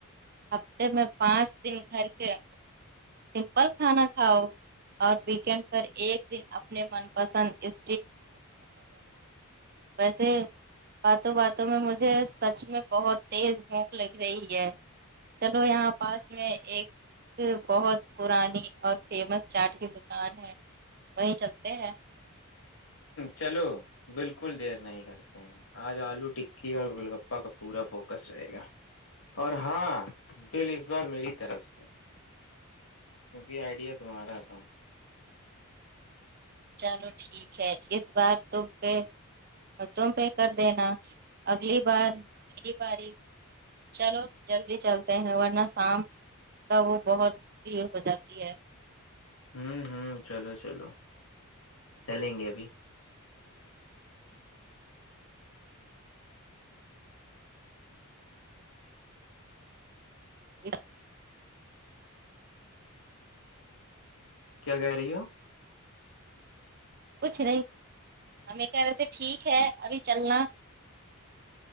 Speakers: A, on the right; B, on the left.
A: ہفتے میں پانچ دن بھر کے سمپل کھانا کھاؤ اور ویک اینڈ پر ایک دن اپنے من پسند اس ویسے <inaudible> باتوں باتوں میں مجھے سچ میں بہت تیز بھوک لگ رہی ہے چلو یہاں پاس میں ایک بہت پرانی اور فیمس چاٹ کے دکان ہے <unintelligible>
B: چلو بالکل دیر نہیں کرتے اج الو ٹکی اور گلگپہ کا پورا فوکس رہے گا اور ہاں بل اس بار میری طرف سے کیونکہ آئیڈیا تمہارا تھا
A: چلو ٹھیک ہے اس بار تو پہ اور تم پہ کر دینا اگلی بار میری باری چلو جلدی چلتے ہیں ورنہ شام کا وہ بہت بھیڑ ہو جاتی ہے
B: ہوں ہوں چلو چلو چلیں گے ابھی
A: ا
B: کیا کہہ رہی ہو
A: کچھ نہیں ہمیں کہہ رہے تھے ٹھیک ہے ابھی چلنا